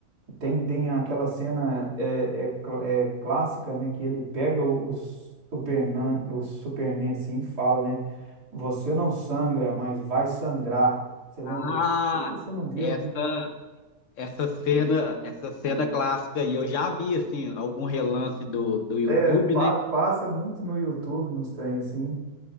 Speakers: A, on the right (about 75°); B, on the left (about 55°).
A: Tem, tem aquela cena é, é, cl- é clássica, né? Que ele pega o Superman, o Superman assim e fala, né? Você não sangra, mas vai sangrar. Você lembra
B: Ah,
A: disso? Você não viu,
B: essa,
A: né?
B: essa cena, essa cena clássica aí, eu já vi, assim, algum relance do, do YouTube,
A: É, pa-
B: né?
A: passa muito no YouTube, nos trem assim.